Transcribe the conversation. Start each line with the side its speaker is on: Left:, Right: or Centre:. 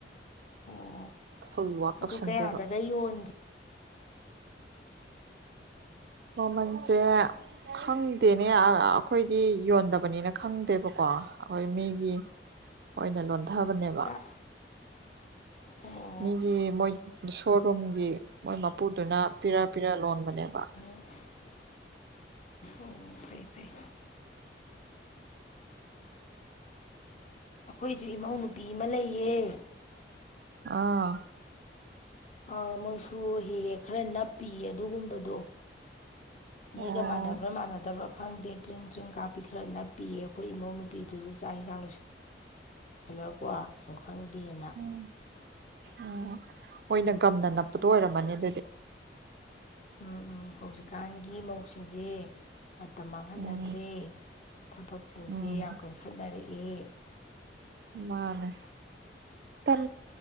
Left: ꯑꯣ
Right: ꯑ ꯁ ꯋꯥꯇꯞꯁꯟꯗꯗ
Left: ꯑꯗꯨ ꯀꯌꯥꯗꯒ ꯌꯣꯟꯒꯦ
Right: ꯃꯃꯟꯁꯦ ꯈꯪꯗꯦꯅꯦ ꯑꯩꯈꯣꯏꯗꯤ ꯌꯣꯟꯗꯕꯅꯤꯅ ꯈꯪꯗꯦꯕꯀꯣ ꯑꯩꯈꯣꯏ ꯃꯤꯒꯤ ꯑꯣꯏꯅ ꯂꯣꯟꯊꯕꯅꯦꯕ
Left: ꯇ ꯑꯣ
Right: ꯃꯤꯒꯤ ꯃꯣꯏ ꯁꯣꯔꯨꯝꯒꯤ ꯃꯣꯏ ꯃꯄꯨꯗꯨꯅ ꯄꯤꯔ ꯄꯤꯔ ꯂꯣꯟꯕꯅꯦꯕ
Left: <inaudible> ꯑꯣ ꯐꯩ ꯐꯩ ꯑꯩꯈꯣꯏꯁꯨ ꯏꯃꯧ ꯅꯨꯨꯄꯤ ꯑꯃ ꯂꯩꯌꯦ
Right: ꯑꯥ
Left: ꯑ ꯃꯣꯏꯁꯨ ꯍꯦꯛ ꯍꯦꯛ ꯈꯔ ꯅꯞꯄꯤꯌꯦ ꯑꯗꯨꯒꯨꯝꯕꯗꯣ ꯅꯣꯏꯒ
Right: ꯑꯣ
Left: ꯃꯥꯟꯅꯕ꯭ꯔꯥ ꯃꯥꯟꯅꯗꯕ꯭ꯔꯥ ꯈꯪꯗꯦ ꯗ꯭ꯡ ꯗ꯭ꯡ ꯀꯥꯞꯄꯤ ꯈꯔ ꯅꯞꯄꯤꯤꯌꯦ ꯑꯩꯈꯣꯏ ꯏꯃꯧ ꯅꯨꯄꯤꯗꯨꯁꯨ ꯆꯥꯛ ꯌꯦꯟꯁꯥꯡ ꯂꯣꯏꯁꯟ ꯍꯜꯂꯣ ꯀꯣ ꯁ ꯈꯪꯗꯦꯅ
Right: ꯎꯝ ꯎꯝ ꯃꯣꯏꯅ ꯒꯝꯅ ꯅꯞꯄꯗꯣ ꯑꯣꯏꯔꯝꯃꯅꯤ ꯑꯗꯨꯗꯤ
Left: ꯎꯝ ꯎꯝ ꯍꯧꯖꯤꯛꯀꯥꯟꯒꯤ ꯃꯧꯁꯤꯡꯁꯦ ꯃꯇꯝ ꯃꯥꯡꯍꯟꯅꯗ꯭ꯔꯦ
Right: ꯎꯝ
Left: ꯊꯕꯛꯁꯤꯡꯁꯦ
Right: ꯎꯝ
Left: ꯌꯥꯝ ꯀꯟꯈꯠꯅꯔꯛꯑꯦ
Right: ꯃꯥꯅꯦ ꯇꯝ